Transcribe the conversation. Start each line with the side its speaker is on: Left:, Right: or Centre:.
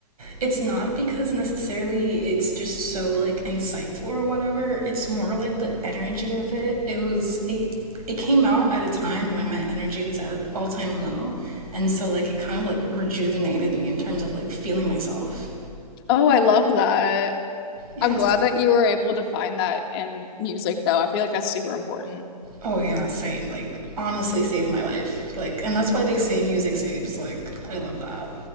Right: it's not because necessarily it's just so like insightful or whatever. It's more like the energy of it. It was it it came out at a time when my energy was at an all-time low, and so like it kind of like rejuvenated me in terms of like feeling myself.
Left: Oh, I love that.
Right: Yeah,
Left: I'm glad
Right: same.
Left: that you were able to find that in music, though. I feel like that's super important.
Right: Oh yeah, same. Like honestly saved my life. Like and that's why they say music saves. Like I love that